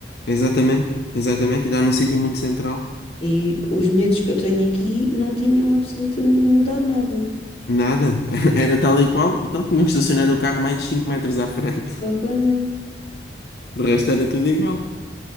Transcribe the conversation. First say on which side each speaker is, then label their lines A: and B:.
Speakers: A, on the left (about 60°); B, on the left (about 35°).
A: Exatamente, exatamente. E dá num sítio muito central.
B: E os medos que eu tenho aqui não tinham absolutamente de mudar nada.
A: Nada. <laughs> Era tal e qual. Então tinham que estacionar o carro mais 5 metros à frente.
B: Exatamente.
A: De resto era tudo igual.